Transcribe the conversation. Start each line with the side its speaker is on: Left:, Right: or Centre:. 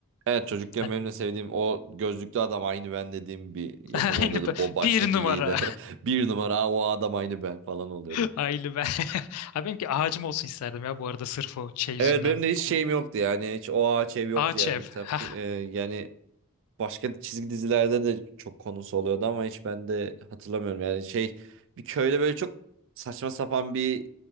Right: Evet çocukken
Left: Hani-
Right: benim de sevdiğim o gözlüklü adam aynı ben dediğim bir yapım
Left: <laughs>
Right: oluyordu.
Left: Aynı bu-
Right: O baştaki
Left: bir numara
Right: lider. <laughs> Bir numara "Aa, o adam aynı ben falan oluyordum.
Left: <laughs> aile ben. <laughs> Abi benimki ağacım olsun isterdim ya bu arada sırf o şey yüzünden.
Right: Evet benim de
Left: Bu
Right: hiç şeyim yoktu yani. Hiç o ağaç ev yoktu
Left: ağaç
Right: yani.
Left: ev.
Right: Mesela
Left: Hah.
Right: fi- e, yani başka çizgi dizilerde de çok konusu oluyordu ama hiç ben de hatırlamıyorum. Yani şey bir köyde böyle çok saçma sapan bir